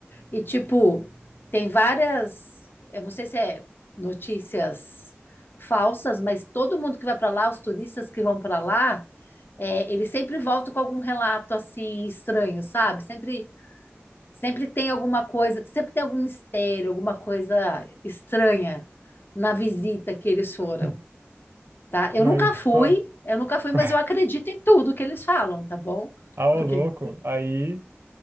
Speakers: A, on the left; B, on the right.
A: E, tipo, tem várias, eu não sei se é notícias falsas, mas todo mundo que vai para lá, os turistas que vão para lá, é, eles sempre voltam com algum relato assim estranho, sabe? Sempre, sempre tem alguma coisa, sempre tem algum mistério, alguma coisa estranha na visita que eles foram,
B: <laughs>
A: tá? Eu
B: Mas
A: nunca fui,
B: qual,
A: eu nunca fui,
B: qual...
A: mas eu acredito em tudo que eles falam, tá bom?
B: Ah, ô
A: Porque,
B: <laughs> louco, aí.